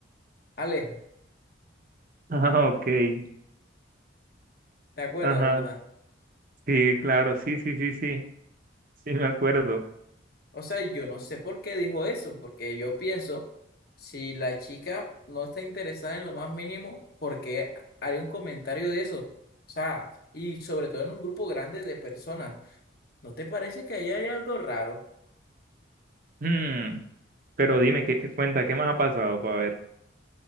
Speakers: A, on the left; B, on the right.
A: Aleja,
B: <laughs> Ah, ok.
A: ¿te acuerdas,
B: Ajá.
A: verdad?
B: Sí, claro. Sí, sí, sí, sí. Sí, me acuerdo.
A: O sea, yo no sé por qué dijo eso, porque yo pienso, si la chica no está interesada en lo más mínimo, ¿por qué haría un comentario de eso? O sea, y sobre todo en un grupo grande de personas, ¿no te parece que ahí hay algo raro?
B: Mm, Pero dime, ¿qué cuenta? ¿Qué más ha pasado para ver?